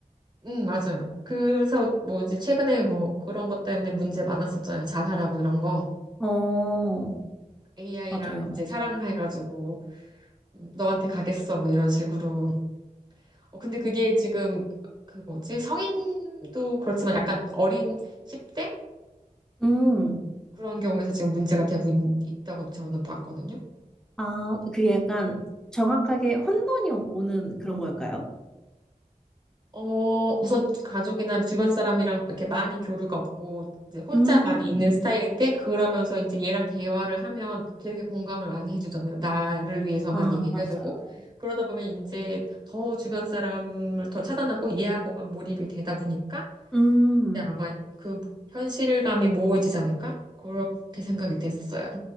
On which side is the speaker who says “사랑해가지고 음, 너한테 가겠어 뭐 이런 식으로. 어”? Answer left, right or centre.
Right